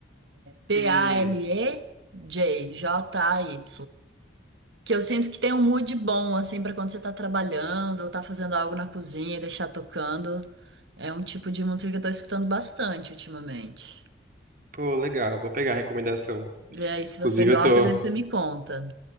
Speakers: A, on the right; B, on the right.
A: P-A-L-E-J,
B: Hum,
A: J-A-Y. Que eu sinto que tem um mood bom, assim, pra quando você tá trabalhando ou tá fazendo algo na cozinha e deixar tocando. É um tipo de música que eu tô escutando bastante ultimamente.
B: pô, legal, vou pegar a recomendação.
A: Vê aí, se
B: Inclusive,
A: você gosta,
B: eu tô,
A: daí você me conta.